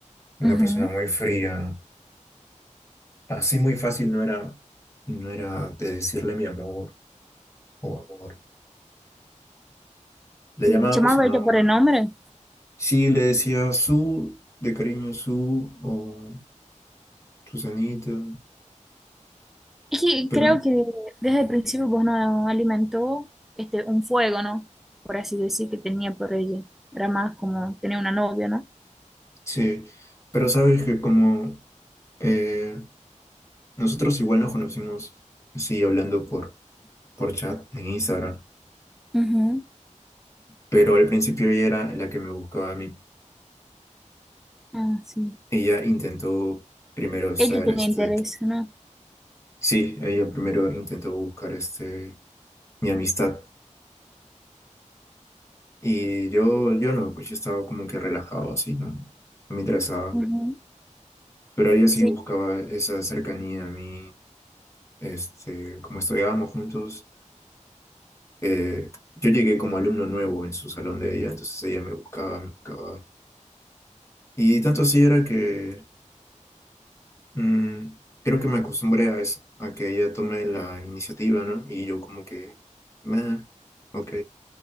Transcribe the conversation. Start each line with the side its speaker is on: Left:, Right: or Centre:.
Left: una
Centre: ujú.
Left: persona muy fría. Así muy fácil no era, no era de decirle mi amor o amor. Le
Centre: Sí,
Left: llamaba
Centre: llamaba
Left: por su nombre
Centre: ella por el nombre.
Left: Sí, le decía su, de cariño su, o Susanita,
Centre: Es que
Left: pero
Centre: creo que desde el principio vos no alimentó este, un fuego, ¿no? Por así decir, que tenía por ella. Era más como tenía una novia, ¿no?
Left: sí, pero sabes que como eh, nosotros igual nos conocimos, sí, hablando por, por chat en Instagram,
Centre: Ujú,
Left: pero al principio ella era la que me buscaba a mí.
Centre: Ah, sí.
Left: Ella intentó primero ser
Centre: Ella tenía
Left: este,
Centre: interés, ¿no?
Left: sí, ella primero intentó buscar este, mi amistad, y yo, yo no, pues yo estaba como que relajado, así, no, no me interesaba.
Centre: ujú.
Left: pero ella sí
Centre: Sí.
Left: buscaba esa cercanía a mí, este, como estudiábamos juntos, eh, yo llegué como alumno nuevo en su salón de ella, entonces ella me buscaba, me buscaba. Y tanto así era que mm, creo que me acostumbré a eso, a que ella tome la iniciativa, ¿no? Y yo como que, "Meh, ok,